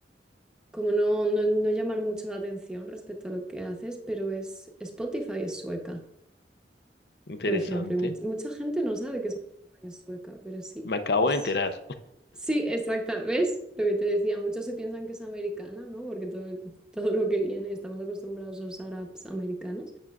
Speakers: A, in the centre; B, on the left (about 65°).
A: como no, no, no llamar mucho la atención respecto a lo que haces, pero es Spotify es sueca.
B: Interesante.
A: por ejemplo. Y much- mucha gente no sabe que Spotify es sueca, pero sí,
B: Me acabo
A: es...
B: de enterar.
A: Sí, exacta, ¿ves? Lo que te decía, muchos se piensan que es americana, ¿no? Porque todo, todo lo que viene, estamos acostumbrados a usar apps americanas,